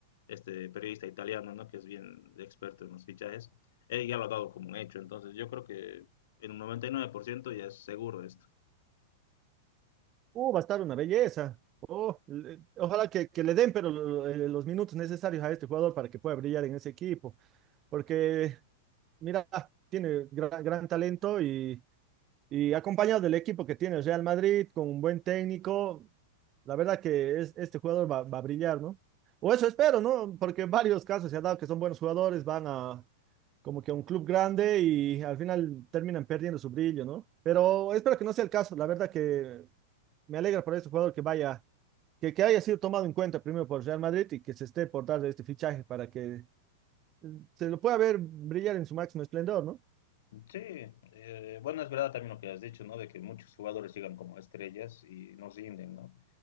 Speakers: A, on the left; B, on the right.
A: este periodista italiano, ¿no? que es bien experto en los fichajes, él ya lo ha dado como un hecho, entonces yo creo que en un 99% ya es seguro esto.
B: Uh, va a estar una belleza. Oh, le- ojalá que, que le den, pero lo- eh, los minutos necesarios a este jugador para que pueda brillar en ese equipo. Porque, mira, tiene gra- gran, talento y, y acompañado del equipo que tiene el Real Madrid, con un buen técnico, la verdad que es, este jugador va, va a brillar, ¿no? O eso espero, ¿no? Porque en varios casos se ha dado que son buenos jugadores, van a como que a un club grande y al final terminan perdiendo su brillo, ¿no? Pero espero que no sea el caso, la verdad que me alegra por este jugador que vaya, que, que haya sido tomado en cuenta primero por Real Madrid y que se esté por dar este fichaje para que eh, se lo pueda ver brillar en su máximo esplendor, ¿no?
A: Sí, eh, bueno, es verdad también lo que has dicho, ¿no? De que muchos jugadores llegan como estrellas y no rinden, ¿no?